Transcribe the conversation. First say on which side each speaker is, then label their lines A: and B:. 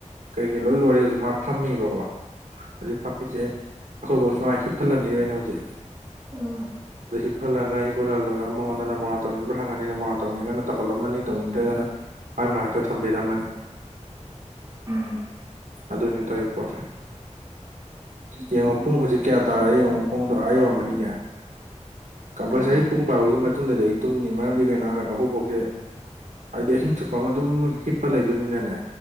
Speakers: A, on the right; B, on the right.
A: ꯀꯔꯤ ꯀꯔꯤ ꯂꯣꯏ ꯂꯣꯏꯔꯦ ꯍꯧꯖꯤꯛ ꯃꯥ ꯐꯝꯃꯤꯕꯀꯣ ꯍꯧꯥꯃꯤꯁꯦ ꯑꯩꯈꯣꯏꯐꯧ ꯁꯨꯃꯥꯏ ꯍꯤꯞꯐꯜꯂꯅꯤꯕ ꯑꯅ ꯍꯧꯖꯤꯛ
B: ꯑꯥ
A: ꯑꯗ ꯍꯤꯞꯐꯜꯂꯒ ꯍꯞꯐꯠꯍꯜꯂ ꯃꯉꯣꯟꯗ ꯅꯝꯕꯔ ꯋꯥꯥꯟ ꯇꯧꯅꯤꯡꯕ꯭ꯔꯥ ꯍꯪꯉꯅꯤ ꯅꯝꯕꯔ ꯋꯥꯥꯟ ꯇꯧꯅꯤꯡꯉꯅ ꯇꯧꯍꯜꯂꯝꯃꯅꯤ ꯇꯧꯅꯤꯡꯗ꯭ꯔꯒꯅ ꯃꯥꯏ ꯃꯅꯥꯛꯇ ꯊꯝꯕꯤꯔꯝꯃꯅꯤ
B: ꯍꯝ
A: ꯑꯙꯅꯤ ꯇꯩ ꯄꯔꯦ ꯌꯦꯡꯉꯣ ꯄꯨꯡ ꯍꯧꯖꯤꯛ ꯀꯌꯥ ꯇꯥꯔꯦ ꯌꯦꯡꯉꯣ ꯄꯨꯡ ꯑ ꯌꯧꯔꯝꯃꯅꯤꯅꯦ ꯀꯝꯄꯜꯁꯔꯤ
B: ꯑꯥ
A: ꯄꯨꯡ ꯕꯥꯔꯣꯒꯤ ꯃꯇꯨꯡꯗꯗꯤ ꯑꯩ ꯇꯨꯝꯅꯤ ꯃꯔꯝꯗꯤ ꯀꯩꯅꯣ ꯍꯥꯏꯔꯀꯥꯟꯗ ꯑꯩꯈꯕꯣꯛꯁꯦ ꯍꯥꯏꯗꯤ ꯑꯍꯤꯡ ꯆꯨꯞꯄ ꯑꯃ ꯑꯗꯨꯝ ꯍꯤꯞꯄ ꯂꯩꯗꯣꯏꯅꯤꯅꯅꯦ